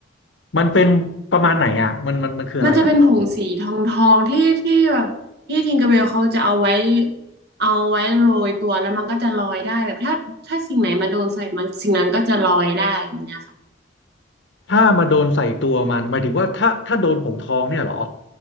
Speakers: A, on the left; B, on the right.
A: มันเป็นประมาณไหนอ่ะมันมันมันคืออะไรอ่ะ
B: มันจะเป็นผงสีทองทองที่ที่แบบที่ทิงเกอร์เบลเขาจะเอาไว้เอาไว้โรยตัวแล้วมันก็จะลอยได้แบบถ้าถ้าสิ่งไหนมาโดนใส่มันสิ่งนั้นก็จะลอยได้แบบเนี้ยค่ะ
A: ถ้ามาโดนใส่ตัวมันหมายถึงว่าถ้าถ้าโดนผงทองเนี่ยเหรอ